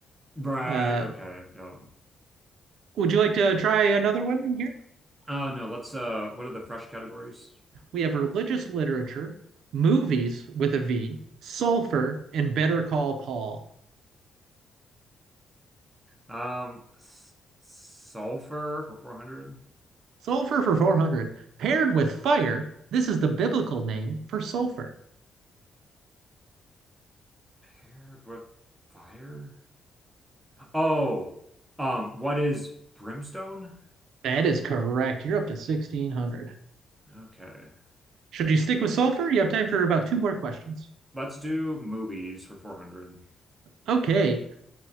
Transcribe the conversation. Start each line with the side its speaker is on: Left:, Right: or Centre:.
Centre: Right.
Right: Uh,
Centre: Okay. No.
Right: would you like to try another one in here?
Centre: Uh, no. Let's. Uh, what are the fresh categories?
Right: We have religious literature, movies with a V, sulfur, and Better Call Paul.
Centre: Um, s sulfur for 400
Right: Sulfur for 400. Paired with fire, this is the biblical name for sulfur.
Centre: paired with fire. Oh, um, what is brimstone?
Right: That is correct. You're up to 1600.
Centre: Okay.
Right: Should you stick with sulfur? You have time for about two more questions.
Centre: Let's do movies for 400.
Right: Okay.